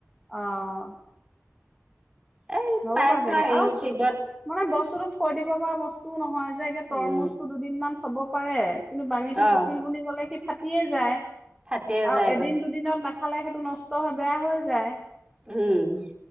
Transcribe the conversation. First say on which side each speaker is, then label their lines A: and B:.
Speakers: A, in the centre; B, on the right.
A: অ'
B: এই
A: হ'ব
B: পাইছো
A: পাৰে চাগে আৰু
B: ইউটিউবত
A: মানে বস্তুটোত থৈ দিব পৰা বস্তু টো নহয় এতিয়া তৰমুজ
B: উম
A: টো দুদিনমান থ'ব পাৰে কিন্তু <unintelligible>
B: অ
A: পকিল বুলি গ'লে সি ফাটিয়ে যায়।
B: ফাটিয়ে
A: আৰু
B: যায়গৈ
A: এদিন দুদিনত খালে সেইটো নষ্ট হয় বেয়া হৈ যায়।
B: উম।